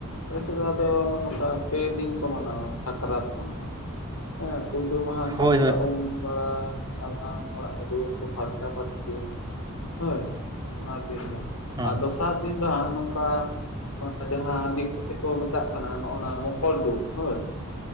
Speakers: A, on the left; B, on the right.
A: ᱟᱞᱮᱥᱮᱫ ᱫᱚ ᱟᱫᱚ ᱱᱚᱝᱠᱟ ᱯᱮ ᱫᱤᱱ ᱠᱚ ᱢᱟᱱᱟᱣᱟ ᱥᱟᱠᱨᱟᱛ ᱫᱴ ᱮᱸ ᱯᱩᱭᱞᱩ ᱢᱟᱦᱟ
B: ᱦᱳᱭ
A: ᱫᱚ ᱚᱱᱠᱟ
B: ᱦᱳᱭ
A: ᱩᱢ ᱵᱟᱲᱟ ᱟᱨᱵᱟᱝ ᱚᱲᱟᱜ ᱫᱩᱣᱟᱹᱨ ᱠᱚ ᱯᱷᱟᱨᱪᱟ ᱯᱷᱟᱨᱪᱤ ᱦᱳᱭ ᱚᱱᱟ ᱫᱤᱱ ᱫᱚ
B: ᱦᱮᱸ
A: ᱟᱨ ᱫᱚᱥᱟᱨ ᱫᱤᱱ ᱫᱚ ᱦᱟᱸᱜ ᱱᱚᱝᱠᱟ ᱟᱫᱚ ᱦᱟᱜ ᱫᱤᱠᱩ ᱛᱮᱠᱚ ᱢᱮᱛᱟᱜ ᱠᱟᱱᱟ ᱱᱚᱜ ᱚ ᱱᱚᱣᱟ ᱢᱚᱠᱚᱨᱰᱩᱵ ᱦᱳᱭ